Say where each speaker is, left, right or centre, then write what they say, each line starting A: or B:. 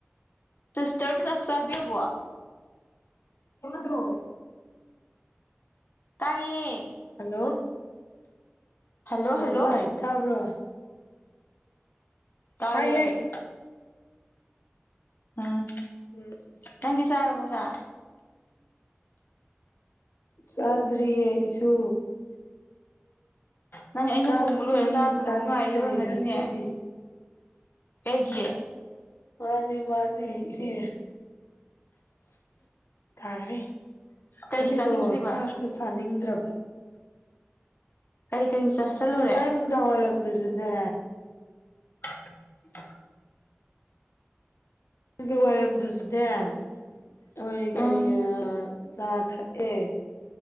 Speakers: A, on the left; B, on the left.
A: ꯁꯤꯁꯇꯔ ꯗꯤ ꯆꯛꯆꯥꯕꯤꯔꯕ‌ꯣ
B: ꯇꯥꯗꯔ‌ꯣ
A: ꯇꯥꯏꯌꯦ
B: ꯍꯜꯂꯣ
A: ꯍꯜꯂꯣ
B: ꯍꯂ‌ꯣ
A: ꯍꯜꯂꯣ
B: ꯚꯥꯏ ꯇꯥꯕ꯭ꯔꯣ
A: ꯇꯥꯏꯌꯦ
B: ꯇꯥꯏꯍꯦ
A: ꯎꯝ
B: <unintelligible>
A: ꯅꯪ ꯆꯥꯛ ꯆꯥꯔꯕꯣ ꯆꯥ
B: ꯆꯥꯗ꯭ꯔꯤꯌꯦ ꯑꯩꯁꯨ
A: ꯅꯪ ꯑꯩꯅ
B: ꯆꯥꯛꯇꯤ
A: ꯊꯣꯡꯕ ꯂꯣꯏꯔ ꯆꯥꯔꯛꯀꯗꯧꯕ
B: ꯆꯥꯅꯤꯡꯗꯔꯦ
A: ꯉꯥꯏꯔꯤ ꯑ‌ꯣꯏꯔꯝꯒꯅꯤꯅꯦ
B: ꯉꯁꯤꯗꯤ
A: ꯀꯩꯒꯤ
B: ꯃꯥꯅꯦ ꯃꯥꯅꯦ ꯏꯆ‌ꯦ ꯇꯥꯈ꯭ꯔꯦ
A: ꯀꯩꯒꯤ
B: ꯑꯁꯤꯗꯣ
A: ꯆꯥꯅꯤꯡꯗ꯭ꯔꯤꯕ
B: ꯆꯥꯛꯇꯣ ꯆꯥꯅꯤꯡꯗ꯭ꯔꯕ
A: ꯀꯔꯤ ꯀꯔꯤ ꯆꯥꯁꯤꯜꯂꯨꯔꯦ
B: ꯉꯁꯥꯏ ꯅꯨꯡꯗꯥꯡ ꯋꯥꯏꯔꯝ ꯗꯨꯖꯨꯅꯦ
A: <unintelligible>
B: ꯅꯨꯡꯗꯥꯡ ꯋꯥꯏꯔꯝ ꯗꯨꯖꯨꯅꯦ ꯍ‌ꯣꯏ
A: ꯎꯝ
B: ꯀꯔꯤ ꯑꯥ ꯆꯥ ꯊꯥꯛ ꯑꯦ